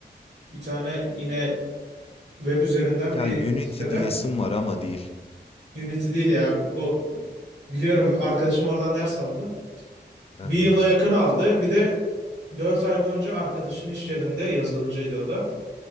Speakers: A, on the right; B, on the left.
A: bir tane yine Web üzerinden
B: Ya
A: bir
B: Unity
A: siteden.
B: diyesim var ama değil.
A: Unity değil ya. O biliyorum arkadaşım oradan ders aldı.
B: Evet.
A: Bir yıla yakın aldı. Bir de 4 ay boyunca arkadaşın iş yerinde yazılımcıydı o da.